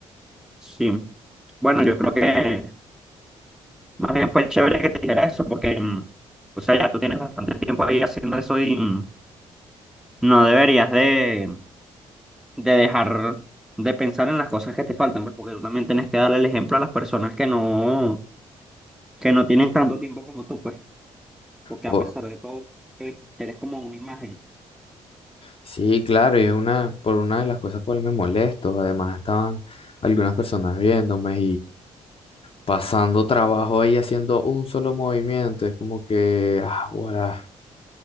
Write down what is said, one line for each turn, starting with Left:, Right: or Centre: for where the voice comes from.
Centre: Sí. Bueno, yo creo que más bien fue chévere que te dijera eso, porque, mm, o sea, ya tú tienes bastante tiempo ahí haciendo eso y mm, no deberías de de dejar de pensar en las cosas que te faltan, pues, porque tú también tienes que darle el ejemplo a las personas que no, que no tienen tanto tiempo como tú, pues, porque
Left: O-
Centre: a pesar de todo, eh, eres como una imagen.
Left: sí, claro, y es una, por una de las cosas cual me molesto. Además estaban algunas personas viéndome pasando trabajo ahí haciendo un solo movimiento. Es como que, ah, guará,